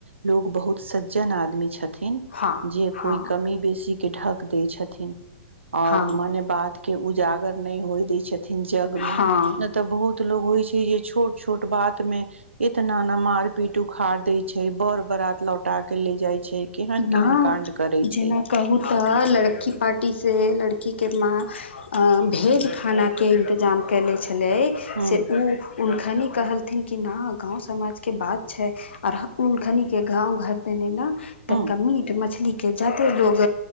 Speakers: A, on the right (about 80°); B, on the left (about 65°).
A: लोग बहुत सज्जन आदमी छथिन
B: हँ
A: जे
B: हँ
A: कोय कमी बेसी के ढक दै छथिन आओर
B: हँ
A: मने बाद के उजागर नहि होइ दय छथिन जग मे
B: हँ
A: ने तऽ बहुत लोग होइ छै जे छोट छोट बात में इतना ने मार पीट उखाड़ देय छै बर बरात लौ पटा के ले जाइ छै केहन
B: न
A: केहन काण्ड करै छै
B: जेना कहू तऽ लड़की पार्टी से लड़की के माँ भेज खाना के इंतजाम केेले छै भेलै
A: हूँ
B: से उ ओखनि कहल थिन कि नहि गाँव समाजके बात छै आओर हखनिके गाँव घर तने ने तनिका
A: हूँ
B: मीट मछली के जादे लोग